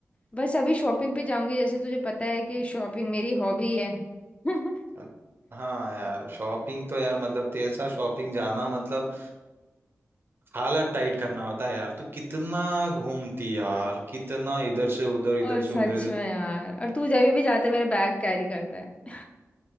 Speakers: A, on the left; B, on the right.
A: बस अभी शॉपिंग पे जाऊंगी जैसे तुझे पता है कि शॉपिंग मेरी हॉबी है <laughs>
B: अ- हाँ यार शॉपिंग तो यार मतलब तेरे साथ शॉपिंग जाना मतलब हालत टाइट करना होता है यार तू कितना घूमती यार कितना इधर से उधर इधर
A: और सच
B: से उधर इधर
A: में यार और तू जब भी जाते मेरा बैग कैरी करता है